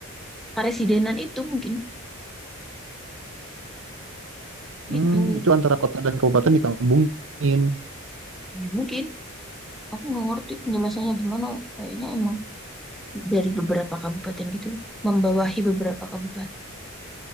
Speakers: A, in the centre; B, on the right.
A: Karesidenan itu mungkin
B: Hmm,
A: itu
B: itu antara kota dan kabupaten digabungin.
A: ya mungkin aku nggak ngerti penjelasannya gimana. Kayaknya emang dari beberapa kabupaten gitu membawahi beberapa kabupaten